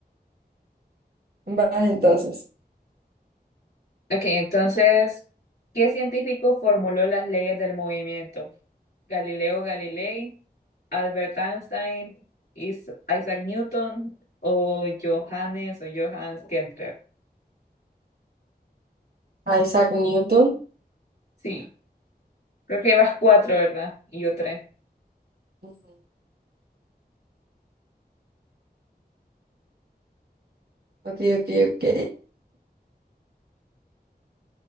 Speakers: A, on the right; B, on the left.
A: Vas entonces.
B: Ok, entonces, ¿qué científico formuló las leyes del movimiento? ¿Galileo Galilei, Albert Einstein, Is- Isaac Newton o Johannes o Johannes Kepler?
A: Isaac Newton.
B: Sí, creo que llevas cuatro, ¿verdad? Y yo tres.
A: Ujú. Ok, ok, ok.